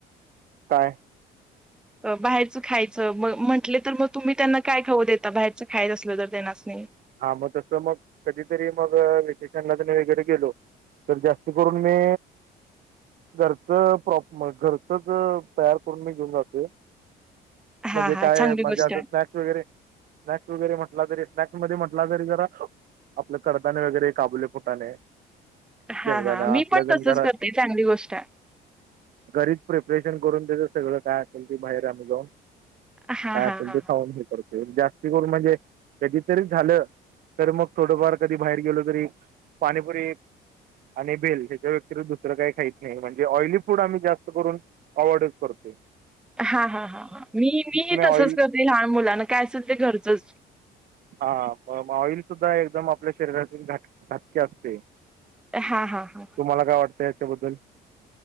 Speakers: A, on the right; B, in the centre.
A: काय
B: बाहेरचं खायचं मग म्हटले तर मग तुम्ही त्यांना काय खाऊ देता बाहेरचं खायच असलं तर त्यांनास्नी
A: हा मग तस मग कधीतरी मग वेकेशनला वगैरे गेलो तर जास्त करून मी घरच प्रॉप घरचच तयार करून मी घेऊन जातो
B: हा
A: म्हणजे
B: हा
A: काय
B: चांगली
A: म्हणजे
B: गोष्ट
A: असं
B: आहे.
A: स्नॅक्स वगैरे स्नॅक्स वगैरे म्हटला तरी स्नॅक्स म्हणजे म्हटला तरी जरा आपल कडधान्ये वगैरे काबुले फुटाणे
B: हा
A: शेंगदाणे
B: हा
A: असलं
B: मी पण तसच
A: जण घरात
B: करते चांगली गोष्ट आहे
A: घरीच प्रिपरेशन करून देत सगळं काय असेल ती बाहेर आम्ही जाऊन
B: हा
A: काय
B: हा
A: असेल
B: हा
A: ते खाऊन हे करतोय जास्ती करून म्हणजे कधीच तरी झालं तर मग थोडंफार कधी बाहेर गेलो तरी पाणीपुरी आणि भेल ह्याच्या व्यतिरिक्त दुसर काही खाईत नाही म्हणजे ऑइली फूड आम्ही जास्त करून अवॉइडच करतोय
B: हा हा हा मी मी तसच
A: ऑइल
B: करते लहान मुलांना काय असेल ते घरचंच
A: हा मग ऑइल सुद्धा एकदम आपल्या शरीरातील घात घातकी असतय
B: हा हा हा
A: तुम्हाला काय वाटतंय याच्याबद्दल